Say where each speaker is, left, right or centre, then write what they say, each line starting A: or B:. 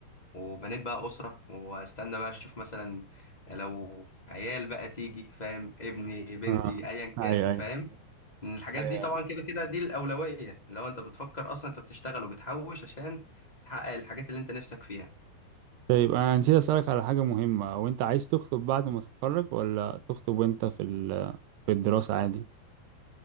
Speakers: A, on the left; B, on the right.
A: وبنيت بقى أسرة واستنى بقى اشوف مثلا لو عيال بقى تيجي فاهم ابني بنتي
B: اه
A: ايا
B: ايوه
A: كان فاهم
B: ايوه
A: إن الحاجات
B: ايوه
A: دي طبعا كده كده دي الأولوية لو انت بتفكر اصلا انت بتشتغل وبتحوش عشان تحقق الحاجات اللي انت نفسك فيها
B: طيب انا نسيت اسالك على حاجة مهمة وانت عايز تخطب بعد ما تتخرج ولا تخطب وانت في ال- في الدراسة عادي